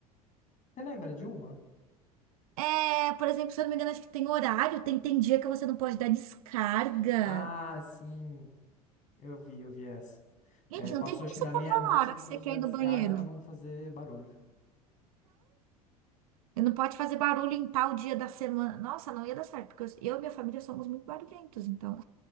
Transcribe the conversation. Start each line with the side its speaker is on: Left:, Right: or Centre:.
Left: Você lembra de uma?
Right: É, por exemplo, se eu não me engano, acho que tem horário, tem, tem dia que você não pode dar descarga.
Left: Ah, sim, eu vi, eu vi essa.
Right: Gente,
Left: É, passou
Right: não tem como
Left: acho que
Right: você
Left: da
Right: contar
Left: meia-noite,
Right: na hora
Left: não
Right: que
Left: pode
Right: você quer
Left: dar descarga
Right: ir no banheiro.
Left: pra não fazer barulho.
Right: E não pode fazer barulho em tal dia da semana. Nossa, não ia dar certo, porque eu e minha família somos muito barulhentos, então.